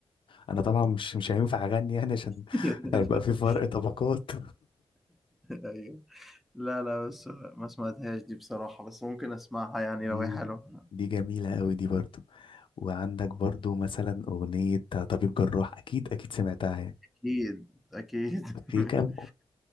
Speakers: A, on the left; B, in the centre.
A: أنا طبعا مش مش هينفع أغني يعني عشان
B: <laughs>
A: <laughs> هيبقى في فرق طبقات
B: ايوه لا لا بس ما سمعتهاش دي بصراحه بس ممكن اسمعها
A: <laughs>
B: يعني
A: دي
B: لو هي حلوه
A: دي جميلة أوي دي برضه وعندك برضو مثلا أغنية طبيب جراح أكيد أكيد سمعتها يعني
B: اكيد اكيد
A: في كام
B: <laughs>